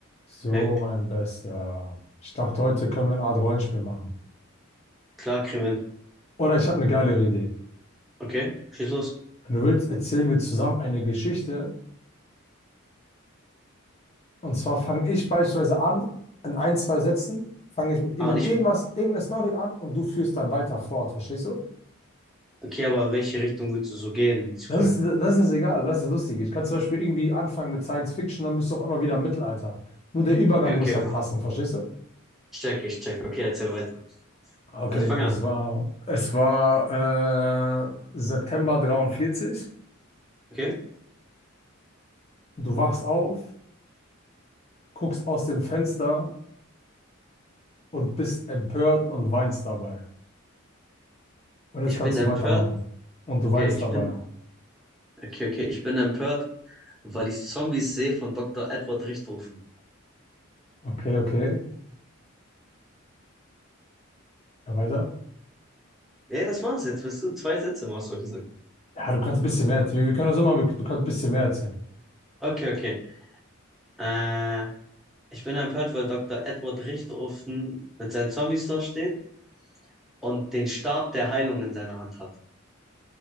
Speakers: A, on the left; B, in the centre.
A: So,
B: Hey,
A: mein Bester. Ich dachte, heute können wir eine Art Rollenspiel machen.
B: klar, kriegen
A: Oder ich habe eine geilere Idee.
B: Okay, schieß los.
A: Wenn du willst, erzählen wir zusammen eine Geschichte. Und zwar fange ich beispielsweise an, in ein, zwei Sätzen, fange ich mit, mit
B: Ah, nicht.
A: irgendwas, irgendeiner Story an und du führst dann weiter fort, verstehst du?
B: Okay, aber in welche Richtung willst du so gehen, ist die
A: Das
B: Frage.
A: ist, das ist egal, das ist lustig. Ich kann zum Beispiel irgendwie anfangen mit Science Fiction, dann bist du auf einmal wieder im Mittelalter. Nur der Übergang
B: Okay,
A: muss halt
B: okay.
A: passen, verstehst du?
B: Ich check, ich check. Okay, erzähl weiter.
A: Okay,
B: Also fang
A: es
B: an.
A: war, es war äh, September 43.
B: Okay?
A: Du wachst auf. guckst aus dem Fenster und bist empört und weinst dabei. Und jetzt
B: Ich
A: kannst
B: bin
A: du
B: empört.
A: weitermachen. Und du
B: Okay,
A: weinst
B: ich
A: dabei.
B: bin. Okay, okay. Ich bin empört, weil ich Zombies sehe von Doktor Edward Richthofen.
A: Okay, okay. Ja, weiter.
B: Ja, das war's jetzt. Bist du zwei Sätze, hast du gesagt.
A: Ja, du kannst ein bisschen mehr erzählen. Wir können das so machen, wir- du kannst ein bisschen mehr erzählen.
B: Okay, okay. Äh, ich bin empört, weil Doktor Edward Richthofen mit seinen Zombies da steht und den Stab der Heilung in seiner Hand hat.